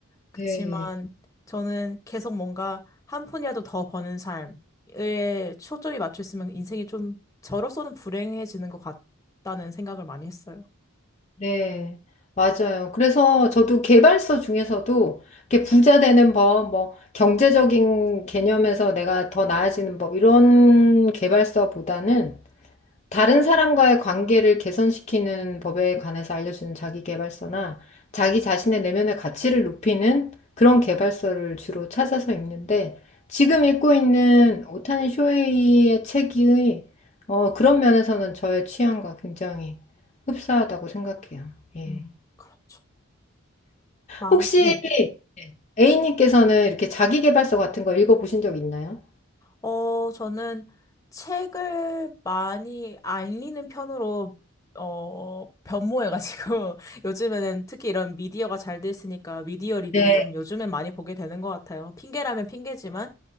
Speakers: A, on the left; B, on the left.
A: 그치만
B: 네.
A: 저는 계속 뭔가 한 푼이라도 더 버는 삶, 에 초점이 맞춰 있으면 인생이 좀 저로서는 불행해지는 것 같다는 생각을 많이 했어요.
B: 네, 맞아요. 그래서 저도 개발서 중에서도 이렇게 부자 되는 법, 뭐 경제적인 개념에서 내가 더 나아지는 법 이런 개발서보다는 다른 사람과의 관계를 개선시키는 법에 관해서 알려주는 자기계발서나 자기 자신의 내면의 가치를 높이는 그런 계발서를 주로 찾아서 읽는데 지금 읽고 있는 오타니 쇼헤이의 책이 어, 그런 면에서는 저의 취향과 굉장히 흡사하다고 생각해요. 예.
A: 음, 그렇죠. 마,
B: 혹시
A: 네.
B: 예, A님께서는 이렇게 자기계발서 같은 거 읽어보신 적 있나요?
A: 어, 저는 책을 많이 안 읽는 편으로, 어, 변모해가지고, <laughs> 요즘에는 특히 이런 미디어가 잘 돼 있으니까 미디어 리뷰를
B: 네,
A: 좀 요즘엔 많이 보게 되는 것 같아요. 핑계라면 핑계지만,